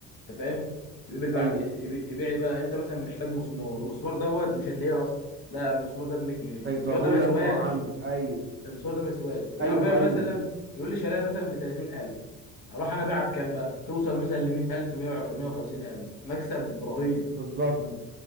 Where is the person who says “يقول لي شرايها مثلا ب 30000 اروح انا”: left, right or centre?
Left